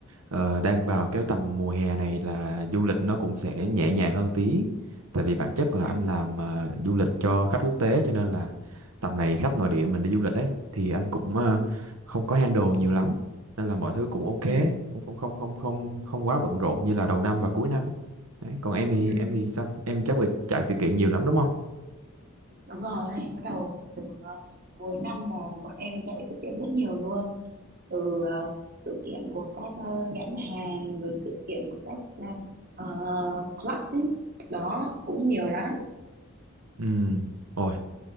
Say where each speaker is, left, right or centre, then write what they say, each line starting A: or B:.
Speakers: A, on the right; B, on the right.
A: Ờ, đang vào cái tầm mùa hè này là du lịch nó cũng sẽ nhẹ nhàng hơn tí. Tại vì bản chất là
B: Ừ,
A: anh làm ờ, du lịch cho khách quốc tế cho nên là tầm này khách nội địa mình đi du lịch ấy thì anh cũng ờ, không có handle nhiều lắm. Nên là mọi thứ cũng ok,
B: ừ,
A: cũng không không không không không quá bận rộn như là đầu năm và cuối năm. Đấy, còn em thì
B: ừ.
A: em thì sao? Em chắc là chạy sự kiện nhiều lắm đúng không?
B: Đúng rồi, bắt đầu từ ờ, cuối năm là bọn em chạy sự kiện rất nhiều luôn. Từ ờ, sự kiện của các ờ, nhãn hàng, rồi sự kiện của các ờ, club ấy. Đó, cũng nhiều lắm.
A: Ừ. Ôi,